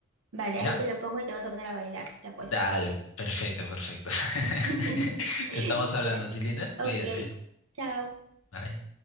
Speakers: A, on the right; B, on the left.
A: Vale,
B: ¿Ya?
A: ahí te lo pongo y te vas a poner a bailar, te apuesto.
B: Dale, perfecto, perfecto.
A: <laughs>
B: <laughs> Estamos hablando,
A: Ya,
B: ¿sí, Linda?
A: ok,
B: Cuídate.
A: chao.
B: Bye.